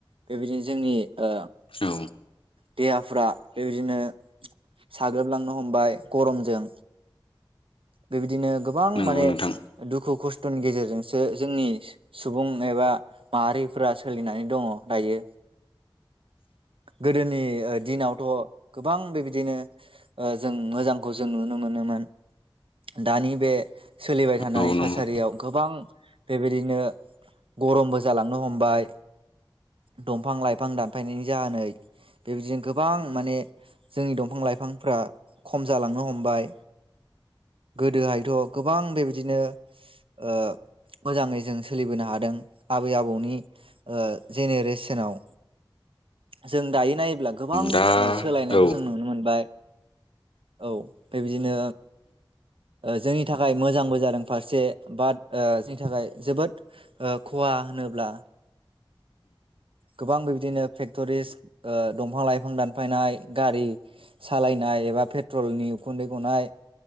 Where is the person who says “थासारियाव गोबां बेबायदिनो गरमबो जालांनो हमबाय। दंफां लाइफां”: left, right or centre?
Right